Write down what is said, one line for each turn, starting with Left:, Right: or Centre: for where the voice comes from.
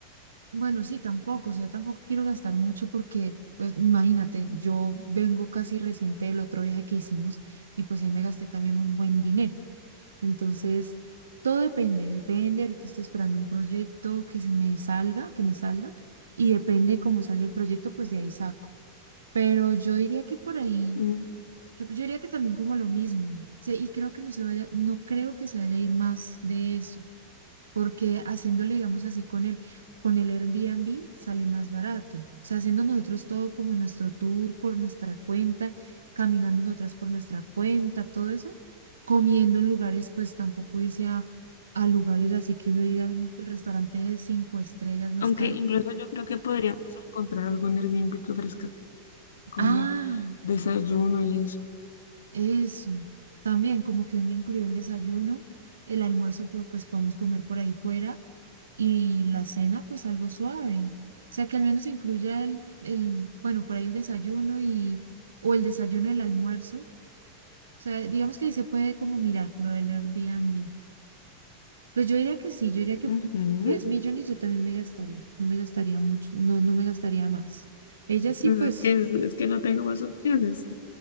Right: bueno, sí, tampoco, o sea, tampoco quiero gastar mucho porque, pues, imagínate, yo vengo casi reciente del otro viaje que hicimos y pues ahí me gasté también un buen dinero. Entonces, todo depende, depende, ahorita estoy esperando un proyecto que se me salga, que me salga, y depende cómo salga el proyecto, pues de ahí saco. Pero yo diría que por ahí.
Left: Mm,
Right: Yo, yo diría que también como lo mismo, o sea, y creo que no se vaya, no creo que se vaya a ir más de eso, porque haciéndolo, digamos así, con el, con el Airbnb sale más barato, o sea, haciendo nosotros todo como nuestro tour por nuestra cuenta, caminando nosotras por nuestra cuenta, todo eso, comiendo en lugares, pues tampoco irse a, a lugares así que uno diga "Mm, el restaurante de cinco estrellas más
Left: Aunque
Right: caro.
Left: incluso yo creo que podríamos encontrar algún Airbnb que ofrezca como
Right: Ah,
Left: desayuno y eso.
Right: Eso. También como que venga incluido el desayuno, el almuerzo, por- pues podemos comer por ahí fuera y la cena, pues algo suave. O sea, que al menos incluya el, el, bueno, por ahí el desayuno y, o el desayuno, el almuerzo. O sea, digamos que ahí se puede como mirar lo del
Left: Mm,
Right: Airbnb. Pues yo diría que sí, yo diría que
Left: ujú.
Right: 10 millones yo también me gastaría, no me gastaría mucho, no, no me gastaría más. Ella sí,
Left: Pues
Right: pues,
Left: Es que, es que no tengo más opciones.